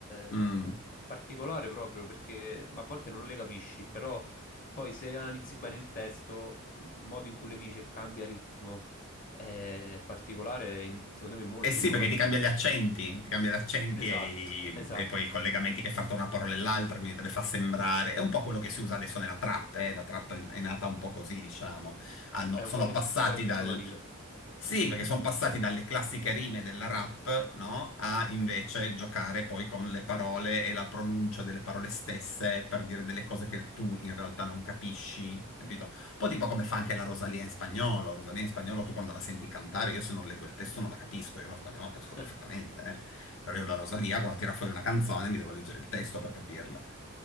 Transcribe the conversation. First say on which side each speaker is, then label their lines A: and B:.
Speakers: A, on the left; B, on the left.
A: Mm.
B: eh, è particolare proprio perché a volte non le capisci, però poi se analizzi bene il testo, il modo in cui le dice cambia ritmo, è particolare, in- secondo me molto
A: Eh sì,
B: innovativo.
A: perché ti cambia gli accenti, ti cambia gli accenti
B: Esatto,
A: e, i-
B: esatto.
A: e poi i collegamenti che fa tra una parola e l'altra, quindi te le fa sembrare. È un po' quello che si usa adesso nella trap, eh. La trap è è nata un po' così, diciamo. Hanno-
B: È un
A: sono
B: po' il
A: passati
B: linguaggio
A: dal...
B: giovanile.
A: Sì, perché sono passati dalle classiche rime della rap, no? A invece giocare poi con le parole e la pronuncia delle parole stesse per dire delle cose che tu in realtà non capisci, capito? Un po' tipo come fa anche la Rosalia in spagnolo. Rosalia in spagnolo tu quando la senti cantare, io se non leggo il testo non la capisco, io lo spagnolo lo capisco
B: <laughs>
A: perfettamente, eh. Però io la Rosalia quando tira fuori una canzone mi devo leggere il testo per capirla.